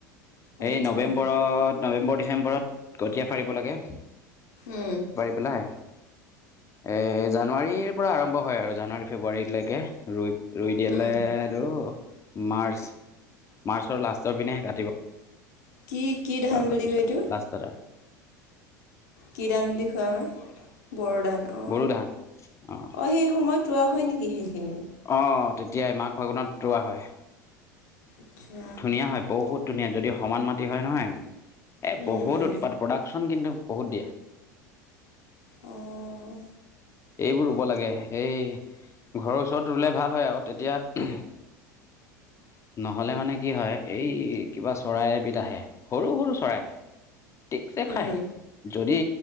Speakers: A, on the left; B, on the left.
A: আচ্ছা
B: এই নৱেম্বৰৰ নৱেম্বৰ, ডিচেম্বৰত কঠীয়া পাৰিব লাগে।
A: উম।
B: পেলাই এ জানুৱাৰীৰ পৰা আৰম্ভ হয় আৰু, জানুৱাৰী ফেব্ৰুৱাৰীলৈকে ৰুই ৰুই দিলে
A: উম
B: তুৰ মাৰ্চ, মাৰ্চৰ লাষ্টৰ পিনে কাটিব
A: কি কি <unintelligible>
B: তাৰ পিছত
A: এইটো
B: লাষ্টত আৰু।
A: কি ধান বুলি কোৱা হ'য়, বৰোধান' অ',
B: বড়ো ধান অঁ
A: অ', সেই সময়ত <unintelligible> হয় নেকি সেইখিনি।
B: অ', তেতিয় মাঘ ফগুনত ৰুৱা হয়।
A: আচ্ছা
B: ধুনীয়া হয় বহুত ধুনীয়াঁ, যদি সমান মাটি হয়, নহয় এ
A: উম
B: বহুত
A: উম
B: বাত প্ৰডাকশ্যন কিন্তু বহুত দিয়ে।
A: অঁ
B: এইবোৰ ৰুব লাগে, এই ঘৰৰ ওচৰত ৰুলে ভাল হয়, আৰু তেতিয়া নহ'লে মানে কি হয়, এই কিবা চৰাই এবিধ আহে, সৰু সৰু চৰাই ঠিক চে খায়।
A: উম
B: যদি